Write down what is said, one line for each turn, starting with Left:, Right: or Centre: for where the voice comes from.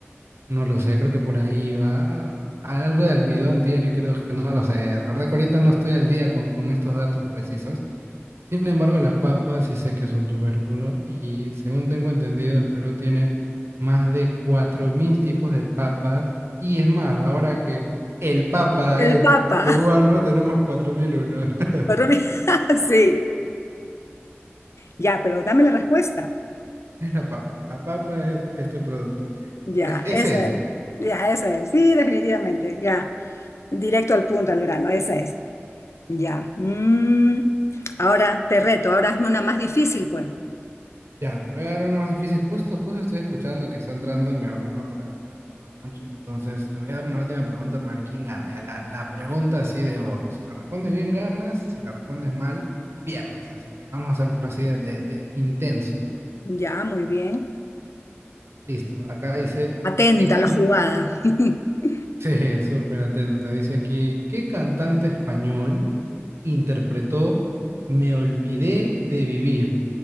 Right: No lo sé, creo que por ahí va. Algo de almidón tiene, creo que no lo sé. La verdad que ahorita no estoy al día con, con estos datos precisos. Sin embargo, la papa sí sé que es un tubérculo y según tengo entendido, el Perú tiene más de 4.000 tipos de papas. Y es más, ahora que el papa
Left: El
Right: es
Left: papa.
Right: peruano,
Left: <laughs>
Right: tenemos 4.001. <laughs>
Left: Pero mira, <laughs> sí. Ya, pero dame la respuesta.
Right: Es la papa. La papa es este producto que, que
Left: Ya,
Right: es, ese
Left: esa
Right: es.
Left: es. Ya, esa es. Sí, definitivamente. Ya. Directo al punto, al grano. Esa es. Ya. mm. Ahora te reto, ahora hazme una más difícil, pues.
Right: Ya, te voy a dar una más difícil. Justo, justo estoy escuchando que está entrando mi hermano para, para tomar lonche. Entonces, te voy a dar una última pregunta para ver quién gana. Ya, la, la pregunta así de oro. Si la respondes bien, ganas. Si la respondes mal, pierdes. Así que vamos a hacerlo así de, de- de intenso.
Left: Ya, muy bien.
Right: Listo. Acá dice,
Left: Atenta
Right: ¿qué can-
Left: a la jugada. <laughs>
Right: Sí, súper atenta. Dice aquí, ¿qué cantante español interpretó Me olvidé de vivir?